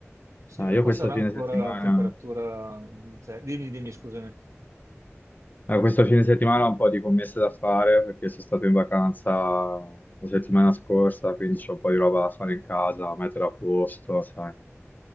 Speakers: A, on the right (about 85°); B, on the left (about 40°).
A: Sì,
B: Ah,
A: da
B: io
A: qua
B: questa
A: sarà
B: fine
A: ancora
B: settimana,
A: a temperatura... legge- Dimmi, dimmi, scusami.
B: eh, questo fine settimana ho un po' di commesse da fare, perché sono stato in vacanza la settimana scorsa, quindi c'ho un po' di roba da fare in casa, da mettere a posto, sai.